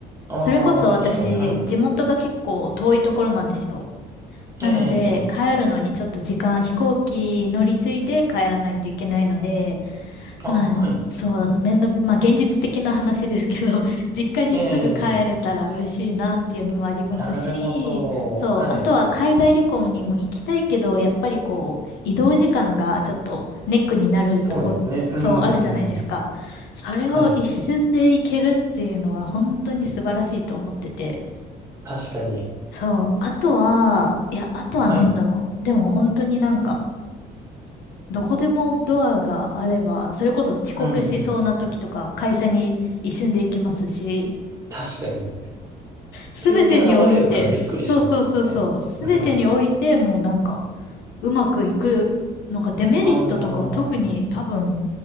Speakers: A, on the right; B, on the left.
A: ああ、
B: それこそ私、
A: 確かに、はい。
B: 地元が結構遠いところなんですよ。なので、
A: ええ、
B: 帰るのにちょっと時間、
A: ええ
B: 飛行機乗り継いで帰らないといけないので、
A: ああ、
B: はい。
A: はい。
B: そう、めんどく、まあ現実的な話ですけど、<laughs> 実家にすぐ帰れたら嬉しいなっていうのもありますし、
A: ええ、なるほど。
B: そう、
A: はい。
B: あとは海外旅行にも行きたいけど、やっぱりこう、移動時間がちょっとネックになるとこ、
A: そうですね。うん、
B: そう、あるじゃないですか。
A: うん。
B: それを一瞬で行けるっていうのは本当に素晴らしいと思ってて。
A: はい。確かに。
B: そう、あとは、いや、あとは何だろう。
A: はい。
B: でも本当になんか、どこでもドアがあれば、それこそ遅刻しそうな時とか、
A: うん。
B: 会社に一瞬で行きますし、
A: 確かに。
B: すべてにおいて、
A: 急に現れるからびっくりしますけどね。
B: そうそうそうそう、すべてにおいて、
A: <laughs>
B: もうなんか、うまくいく、なんかデメリットとかは特に多分、
A: あ